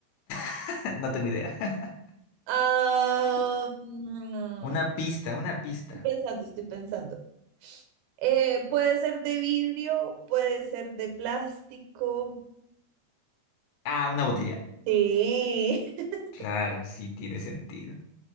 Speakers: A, on the left (about 80°); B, on the right (about 85°).
A: <laughs> no tengo idea. <laughs>
B: Ah, mm,
A: Una pista, una pista.
B: estoy pensando, estoy pensando. Eh, puede ser de vidrio, puede ser de plástico.
A: Ah, una botella.
B: Sí. <laughs>
A: Claro, sí tiene sentido.